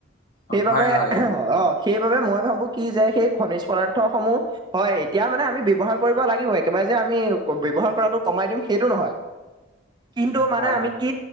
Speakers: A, on the right; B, on the left.
A: সেইবাবে
B: অ হয় হয় উম,
A: অ, সেইবাবে মই ভাবো কি যে সেই খনিজ পদাৰ্থ সমূহ হয়, এতিয়া মানে আমি ব্যৱহাৰ কৰিব লাগিব একেবাৰে যে আমি ব্যৱহাৰ কৰাটো কমাই দিম সেইটো নহয়। কিন্তু
B: উম,
A: মানে
B: হয়
A: আমি
B: হয়
A: কি